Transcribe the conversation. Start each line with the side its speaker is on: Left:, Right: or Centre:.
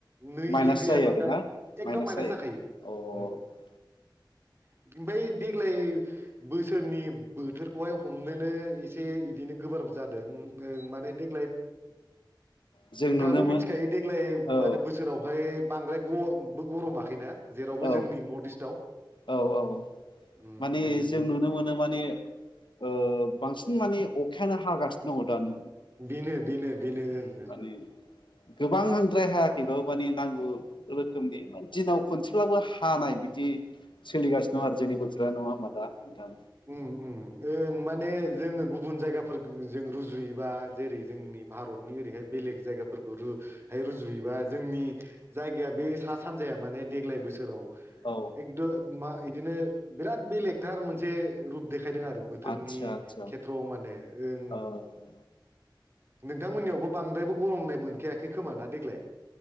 Right: नै
Left: माइनास
Right: डिग्रियाथ'
Left: जायो आरोना
Right: दा एकदम माइनास
Left: जायो
Right: जाखायो
Left: अ
Right: ओमफ्राय देग्लाय बोसोरनि बोथोरखौहाय हमनोनो इसे इदिनो गोब्राब जादों माने देग्लाय
Left: जों
Right: नोंथाङाबो
Left: नुनो मोन
Right: मिथिखायो देग्लाय
Left: औ
Right: माने बोसोरावहाय बांद्राय गमबो गरमाखैना जेरावबो
Left: औ
Right: जोंनि नर्थ इस्टआव
Left: औ औ
Right: उम
Left: माने
Right: जोङो
Left: जों
Right: गोबां
Left: नुनो मोनो माने ओ बांसिन माने अखायानो हागासिनो दङ दानि
Right: बेनो बेनो बेनो ओं
Left: मानि गोबां हांद्राय हायाखैबाबो मान नांगौ रोखोमनि दिनाव खनसेब्लाबो हानाय बिदि सोलिगासिनो दं आरो जोंनि बोथोरा नङा हा दा नोंथां
Right: ओम ओम ओं माने जोङो गुबुन जायगाफोर जों रुजुयो बा जेरै जोंनि भारत ओरैहाय बेलेग जायगाफोरखौ रुहाय रुजुयोबा जोंनि जायगाया बे सा सानजाया माने देग्लाय बोसोराव
Left: औ
Right: एकदम मा बिदिनो बिराद बेलेखथार मोनसे रुप दे खायदों आरो बोथोरनि
Left: आदसा आदसा
Right: खेथ्रआव माने ओं
Left: औ
Right: नोंथांमोननियावबो बांद्रायबो गरमनाय मोनखायाखै खोमा ना देग्लाय